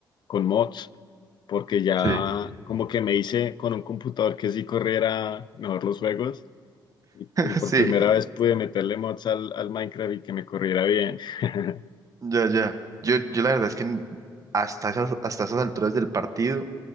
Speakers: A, on the left; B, on the right.
A: con mods, porque ya
B: Sí,
A: como que me hice con un computador que sí corriera mejor los juegos y, pu-
B: <laughs>
A: por
B: sí,
A: primera vez pude meterle mods al, al Minecraft y que me corriera bien. <laughs>
B: ya, ya. Yo, yo la verdad es que hasta esas, hasta esas alturas del partido